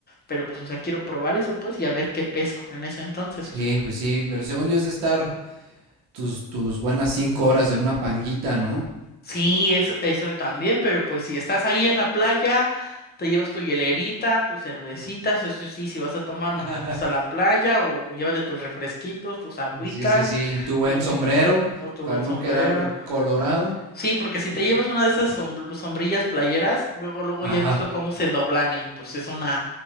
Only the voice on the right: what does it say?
Sí,
pues sí, pero según yo es de estar tus, tus buenas cinco horas en una panguita, ¿no?
<laughs>
Sí, sí, sí, tu buen
sombrero
para
no quedar colorado.
Ajá.
Ajá.